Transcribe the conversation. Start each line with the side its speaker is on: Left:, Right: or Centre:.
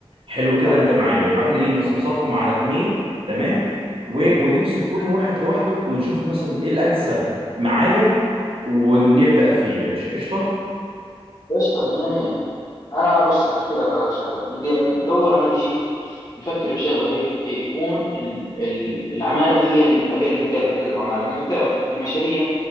Right: حلو كده
Left: سخن
Right: انت معايا يبقى احنا ايه نصفصفهم على اتنين تمام و... ونمسك كل واحد لوحده ونشوف مثلا ايه الانسب معايا ونبدا فيه يا باشا قشطه
Left: قشطة مية مية أنا بص هحكي لك على شغلة بدي ندور على إشي نفكر بشغلة هيك يكون ال- ال- العمالة هي الأقل أقل أقل عمالة لأن أنت بتعرف أنت في المشاريع